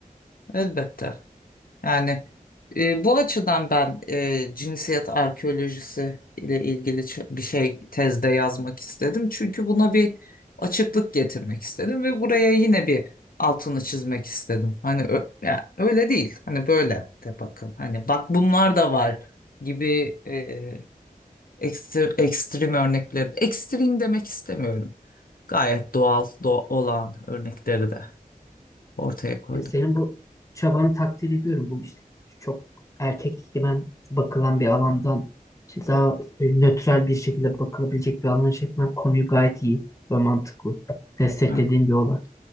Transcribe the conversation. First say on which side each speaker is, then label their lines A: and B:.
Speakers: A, on the left; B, on the left.
A: Elbette. Yani e, bu açıdan ben e, cinsiyet arkeolojisi ile ilgili ç- bir şey tezde yazmak istedim. Çünkü buna bir açıklık getirmek istedim ve buraya yine bir altını çizmek istedim. Hani ö- ya, öyle değil. Hani böyle de bakın. Hani bak bunlar da var gibi e, ekstrem, ekstrem örnekleri. Ekstrem demek istemiyorum. Gayet doğal do- olan örnekleri de ortaya koydum.
B: Ya senin bu çabanı takdir ediyorum. Bu işte çok erkek ben bakılan bir alandan işte daha e, nötral bir şekilde bakılabilecek bir alana çekmen konuyu gayet iyi ve mantıklı. Desteklediğim
A: Ha,
B: bir olay.